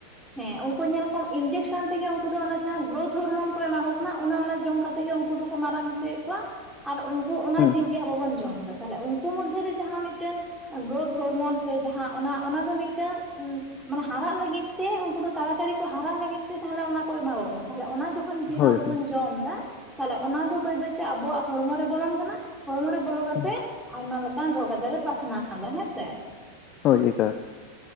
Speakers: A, in the centre; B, on the left (about 35°).
A: ᱦᱮᱸ ᱩᱝᱠᱩ ᱧᱮᱞ ᱠᱚᱢ ᱤᱧᱡᱮᱠᱥᱮᱱ ᱛᱮᱜᱮ ᱩᱝᱠᱩ ᱫᱚ ᱚᱱᱟ ᱡᱟᱦᱟᱸ ᱜᱨᱳᱛᱷ ᱦᱚᱨᱢᱚᱱ ᱠᱚ ᱮᱢᱟ ᱠᱚ ᱠᱟᱱᱟ ᱚᱱᱮ ᱚᱱᱟ ᱡᱚᱢ ᱠᱟᱛᱮ ᱜᱮ ᱩᱝᱠᱩ ᱫᱚᱠᱚ ᱢᱟᱨᱟᱝ ᱦᱚᱪᱚᱭᱮᱜ ᱠᱚᱣᱟ ᱾ ᱟᱨ ᱳᱝᱠᱳ ᱚᱱᱟ
B: ᱦᱩᱸ
A: ᱡᱤᱞ ᱜᱮ ᱟᱵᱟᱵᱚᱱ ᱡᱚᱢ ᱮᱫᱟ, ᱛᱟᱦᱞᱮ ᱩᱝᱠᱩ ᱢᱚᱫᱽᱫᱷᱮᱨᱮ ᱡᱟᱦᱟᱸ ᱢᱤᱫᱴᱟᱝ ᱜᱨᱳᱛᱷ ᱦᱚᱨᱢᱚᱱ ᱥᱮ ᱡᱟᱦᱟᱸ ᱚᱱᱟ ᱚᱱᱟ ᱫᱚ ᱢᱤᱫᱴᱟᱝ ᱩᱸ ᱢᱟᱱᱮ ᱦᱟᱨᱟᱜ ᱞᱟᱹᱜᱤᱫ ᱛᱮ ᱩᱝᱠᱩ ᱫᱚ ᱛᱟᱲᱟᱛᱟᱲᱤ ᱠᱚ ᱦᱟᱨᱟᱜ ᱞᱟᱹᱜᱤᱫ ᱛᱮ ᱛᱟᱦᱚᱞᱮ ᱚᱱᱟ ᱠᱚ ᱮᱢᱟ ᱠᱚ ᱠᱟᱱᱟ, ᱛᱟᱦᱚᱞᱮ ᱚᱱᱟ ᱡᱚᱠᱷᱚᱱ ᱡᱤᱞ
B: ᱦᱳᱭ
A: ᱟᱵᱚᱵᱚᱱ
B: ᱦᱳᱭ
A: ᱡᱚᱢ ᱫᱟ, ᱛᱟᱦᱚᱞᱮ ᱚᱱᱟ ᱫᱚ ᱵᱟᱹᱭ ᱵᱟᱹᱭᱛᱮ ᱟᱵᱚᱣᱟᱜ ᱦᱚᱲᱢᱚ ᱨᱮ ᱵᱚᱞᱚᱱ ᱠᱟᱱᱟ, ᱦᱚᱲᱢᱚ ᱨᱮ ᱵᱚᱞᱚ ᱠᱟᱛᱮ
B: ᱦᱩᱸ
A: ᱟᱭᱢᱟ ᱞᱮᱠᱟᱱ ᱨᱳᱜᱽ ᱟᱡᱟᱨ ᱮ ᱯᱟᱥᱱᱟᱣ ᱮᱫᱟ ᱦᱮᱸᱥᱮ ᱾
B: ᱦᱳᱭ <unintelligible>